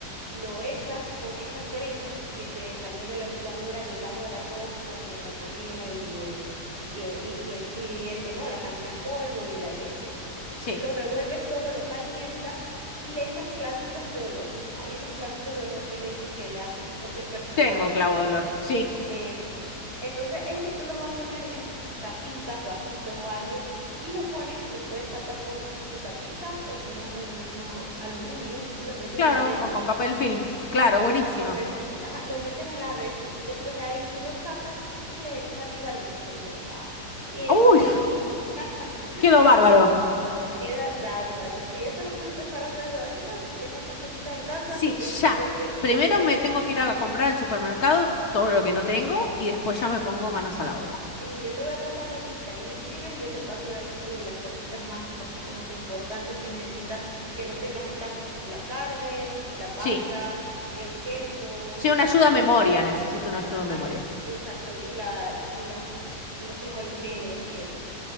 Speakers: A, on the right; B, on the left.
A: lo echas con esa crema que te salió de la licuadora del agua de arroz con la canela y el, y, y- y el- y eso, ¿no? La canela en polvo y la leche.
B: sí.
A: Lo revuelves todo, lo calientas y le echas clavitos de olor. Hay unos clavitos de olor que le echas que le dan como un toque perfumado.
B: Tengo clavo de olor. Sí,
A: Eso. Entonces, eso tú los vas a poner en tacitas, vasitos o algo y los pones, los puedes tapar con su tapita o si no con un aluminio y los metes
B: claro,
A: en la refri
B: o con papel film. Claro, buenísimo.
A: con papel film. Ajá, los metes en la refri. Después de ahí tú los sacas y le echas arriba leche condensada. Y es
B: Uy,
A: divino. <laughs>
B: quedó bárbaro.
A: Divino. Queda bárbaro. Sí, eso lo puedes empezar a hacer de ahorita si tienes esas cositas en casa
B: Sí,
A: porque
B: ya.
A: eso te, gua- te
B: Primero
A: te dura.
B: me tengo que ir a comprar al supermercado todo lo que no tengo y después ya me pongo manos a la obra.
A: Sí, yo te voy a pasar la lista y me escribes y yo te paso la lista de las cositas más así como que importantes que necesitas que no tengas en casa, por ejemplo, la carne, la palta,
B: Sí,
A: el queso
B: sí, una ayuda
A: y,
B: a memoria, necesito una ayuda
A: ajá,
B: a memoria.
A: y- exacto, y la, la- los frijoles negros y eso.